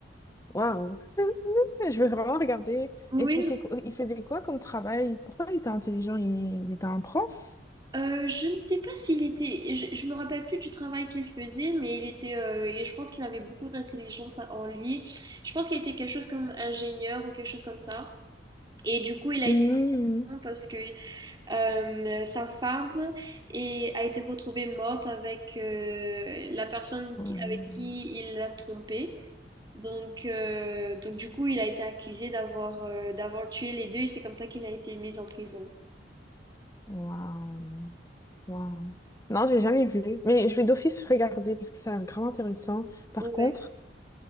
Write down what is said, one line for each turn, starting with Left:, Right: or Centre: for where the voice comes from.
Left: waouh. <laughs> Je vais vraiment regarder.
Right: Oui,
Left: Et c'était quoi- il faisait quoi comme travail? Pourquoi il était intelligent? Il, il était un prof?
Right: euh, je ne sais pas s'il était, je, je me rappelle plus du travail qu'il faisait, mais il était, euh, et je pense qu'il avait beaucoup d'intelligence en lui. Je pense qu'il était quelque chose comme ingénieur ou quelque chose comme ça. Et du coup, il a
Left: Mhm.
Right: été prison parce que Euh, sa femme est- a été retrouvée morte avec euh, la personne
Left: Hmm.
Right: qui- avec qui il l'a trompée. Donc, euh, donc du coup, il a été accusé d'avoir euh, d'avoir tué les deux et c'est comme ça qu'il a été mis en prison.
Left: Waouh. Waouh. Non, j'ai jamais vu. Mais je vais d'office regarder parce que ça a l'air grave intéressant. Par
Right: Ouais.
Left: contre,